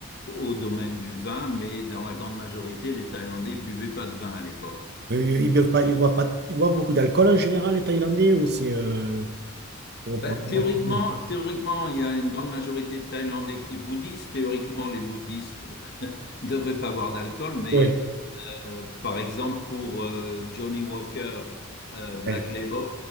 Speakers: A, on the left; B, on the right.
A: au domaine du vin. Mais dans la grande majorité, les Thaïlandais buvaient pas de vin à l'époque.
B: Mais Ils ils boivent pas, ils boivent pas, ils boivent beaucoup d'alcool en général, les Thaïlandais, ou c'est euh, pour,
A: Bah,
B: pour,
A: théoriquement,
B: pour-
A: théoriquement, il y a une grande majorité de Thaïlandais qui est bouddhiste. Théoriquement, les bouddhistes <laughs> ne devraient pas boire d'alcool, mais
B: Ouais,
A: Euh, par exemple, pour euh, Johnny Walker euh, Black
B: ouais,
A: Label,